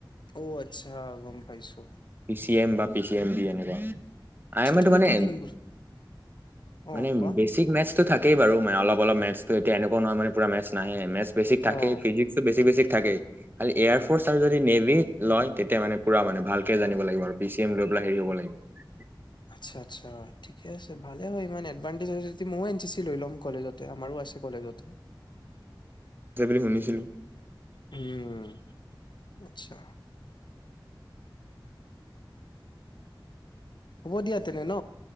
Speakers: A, on the left; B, on the right.
A: অ আচ্ছা গম পাইছো,
B: পি চি এম বাপ পিছি এম বি এনেকুৱা আই
A: আচ্ছা
B: এম
A: তুমি
B: টো মানে
A: কি দিম বুলি অ',
B: মানে
A: কোৱা
B: বেচিক মেতচ থাকেই বাৰু অলপ অলপ মেতছটো এতিয়া এনেকুৱা নহয় মানে পোৰা মেতথছ নাহে মেতথচ বেছিক থাকেই
A: অ'।
B: ফিজিক্স বেছি বেছি থাকে খালি এয়াৰ ফৰ্চ আৰু যদি নেভি লয় তেতিয়া মানে পুৰা মানে ভাল ভালকে জানিব লাগিব আৰু পি চি এম লৈ পেলাই হেৰি হ'ব লাগিব
A: আচ্ছা আচ্ছা ঠিকে আছে ভালে হয় ইমান এডভানটেজ হয় যদি মই এন চি চি লৈ ল'ম কলেজতে আমাৰো আছে কলেজতে
B: আছে বুলি শুনিছিলো
A: উম আচ্ছা হ'ব দিয়া তেনে ন